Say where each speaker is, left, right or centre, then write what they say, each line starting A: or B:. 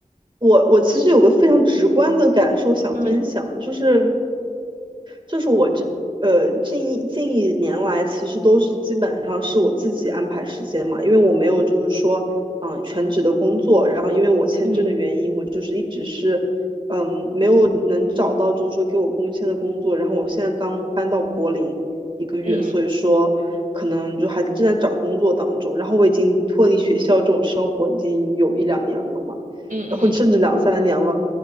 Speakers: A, on the right; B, on the right.
A: 我我其实有个非常直观的感受想分享，
B: 嗯
A: 就是。就是我这呃近一近一年来，其实都是基本上是我自己安排时间嘛，因为我没有就是说嗯、呃全职的工作，然后因为我签证的原因，
B: 嗯
A: 我就是一直是嗯没有能找到就是说给我工签的工作，然后我现在刚搬到柏林一个月，
B: 嗯
A: 所以说可能就还正在找工作当中，然后我已经脱离学校这种生活已经有一两年了嘛，
B: 嗯嗯
A: 然后甚至两三年了。